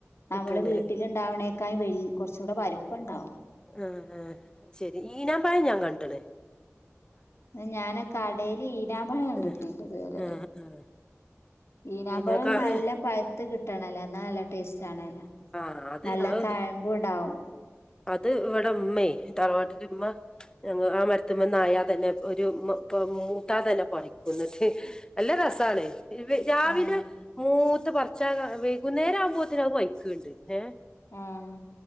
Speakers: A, on the left; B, on the left.
A: നമ്മള്
B: കിട്ടണ്ടല്ലേ
A: വീട്ടിലിണ്ടാവ നക്കായി വെയ് കൊർചൂടെ വലുപ്പണ്ടാവും
B: ആ ആ ശെരി ഈനാമ്പയം ഞാൻ കണ്ട്ണ്
A: ഞാന് കടേൽ ഈനാമ്പഴ കണ്ടിട്ടില്ല
B: ഏ
A: ഇത് വരേ
B: ഏ ഏ
A: ഈനകുമ്പോഴ
B: പിന്നെ
A: നല്ല പഴുത്ത് കിട്ടണല്ലോ എന്നാ നല്ല ടേസ്റ്റ് ആണല്ലോ
B: ആഹ് അത്
A: നല്ല
B: അത്
A: കഴമ്പ് ഉണ്ടാവും
B: അത് ഇവിടെ ഉമ്മ തറ്നാട്ടില ഉമ്മ ഞ ആ മരത്തി്പ നായാ തന്നെ ഒരു മൂട്ടാ തന്നെ പൊിക്കട്ട നല്ല രസാണ് രാവിലെ
A: ആഹ്
B: മൂത്ത പറർച്ച വൈകുന്നേരം ആവുമ്പോത്തേന അത് വൈക്കുണ്ട് ഏ
A: ആഹ